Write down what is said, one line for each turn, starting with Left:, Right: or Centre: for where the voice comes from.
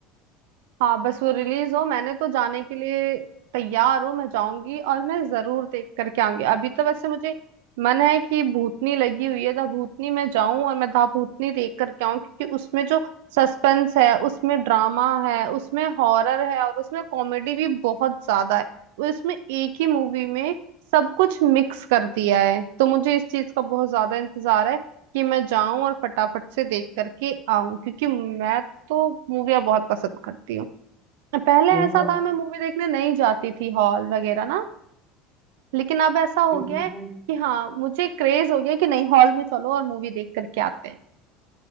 Right: हाँ बस वो रिलीज हो मैंने तो जाने के लिए तैयार हूँ मैं जाऊंगी और मैं जरूर देख करके आऊंगी अभी तो वैसे मुझे मन है कि भूतनी लगी हुई है दा भूतनी मैं जाऊं और मैं दा भूतनी देख करके आऊं क्योंकि उसमें जो सस्पेंस है उसमें ड्रामा है उसमें हॉरर है और उसमें कॉमेडी भी बहुत ज्यादा है उसमें एक ही मूवी में सब कुछ मिक्स कर दिया है तो मुझे इस चीज का बहुत ज्यादा इंतजार है कि मैं जाऊं और फटाफट से देख करके आऊं क्योंकि मैं तो मूवियाँ बहुत पसंद करती हूँ पहले
Centre: क्यों ना
Right: ऐसा
Centre: हम
Right: था मैं मूवी देखने नहीं जाती थी हॉल वगैरह ना लेकिन अब ऐसा हो
Centre: क्यों
Right: गया
Centre: ना
Right: है कि
Centre: हम
Right: हाँ मुझे क्रेज हो गया कि नहीं हॉल में चलो और मूवी देख करके आते हैं